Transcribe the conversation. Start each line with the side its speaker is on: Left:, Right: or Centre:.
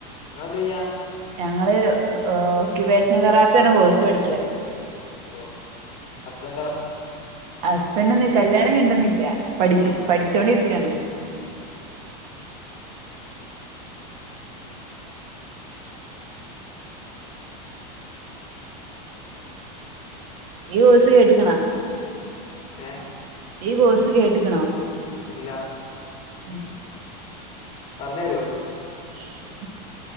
Left: ഇങ്ങളെൻത്യ്യ
Right: ഞങ്ങള് ഓക്യുപേഷൻതെറാപ്പ് എന്ന കോഴ്സ് പഠിക്ക
Left: ഓ ഹസ്ബന്റോ
Right: ഹസ്ബൻഡ്ഒന്ന് കല്ല്യാണം കഴിഞ്ഞിണ്ടൊന്നില്ല പ
Left: ഏഹ്
Right: പഠിച്ചോണ്ടിരിക്ക രിക്കാണ് ഈ വോയിസ് കേട്ട്ക്ക്ണാ
Left: ഏഹ്
Right: ഈ കോഴ്സ്സ് കേട്ട്ക്ക്ണാ
Left: ഇല്ലാ
Right: ഉം
Left: പറഞ്ഞ് തരോ
Right: ശ് ശ്